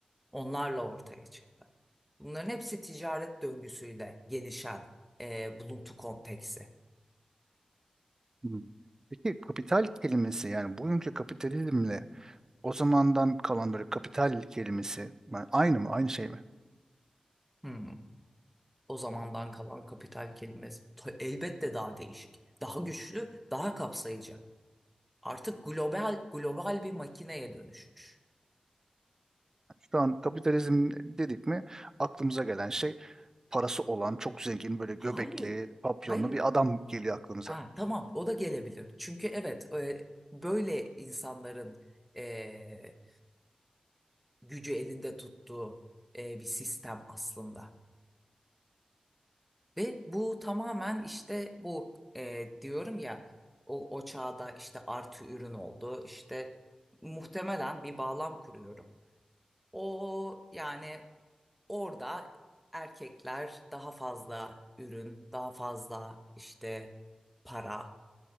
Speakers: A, in the centre; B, on the right.
A: Onlarla ortaya çıktı. Bunların hepsi ticaret döngüsüyle gelişen e, buluntu konteksi.
B: hı. Peki kapital kelimesi yani bugünkü kapitalizmle O zamandan kalan böyle kapital kelimesi yani aynı mı aynı şey mi?
A: Hmm, O zamandan kalan kapital kelimesi Ta- elbette daha değişik, daha güçlü, daha kapsayıcı. Artık global global bir makineye dönüşmüş.
B: Şu an kapitalizm dedik mi aklımıza gelen şey parası olan çok zengin böyle göbekli
A: Hayır.
B: papyonlu
A: Hayır.
B: bir adam geliyor aklımıza.
A: Ha, tamam o da gelebilir. Çünkü evet e, böyle insanların e, gücü elinde tuttuğu e, bir sistem aslında. Ve bu tamamen işte bu e, diyorum ya o, o çağda işte artı ürün oldu. İşte muhtemelen bir bağlam kuruyorum. O yani orada erkekler daha fazla ürün, daha fazla işte para.